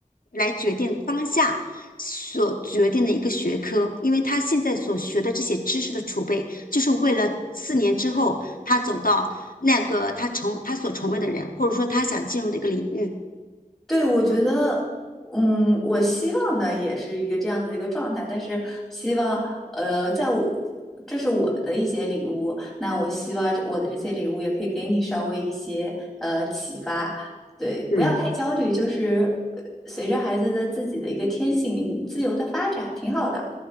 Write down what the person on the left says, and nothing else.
来决定当下所决定的一个学科，因为他现在所学的这些知识的储备，就是为了四年之后他走到那个他成他所成为的人，或者说他想进入的一个领域。
对。